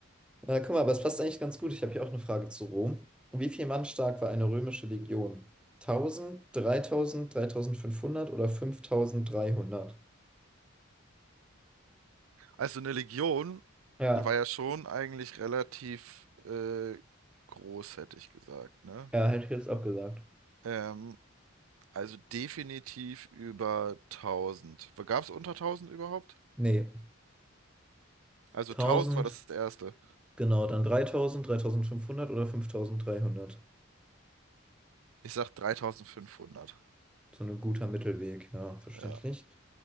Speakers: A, in the centre; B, on the right (about 80°).
A: Na, guck mal, aber es passt eigentlich ganz gut. Ich habe hier auch eine Frage zu Rom. Wie viel Mann stark war eine römische Legion? Tausend, dreitausend, dreitausendfünfhundert oder fünftausenddreihundert?
B: Also eine Legion
A: Ja,
B: war ja schon eigentlich relativ äh, groß, hätte ich gesagt, ne?
A: ja, hätte ich jetzt auch gesagt.
B: Ähm, also definitiv über 1000. Gab es unter 1000 überhaupt?
A: Nee,
B: Also
A: 1000,
B: 1000 war das erste.
A: genau, dann dreitausend, dreitausendfünfhundert oder 5300.
B: Ich sag 3500.
A: So ein guter Mittelweg, ja, verständlich.
B: Ja.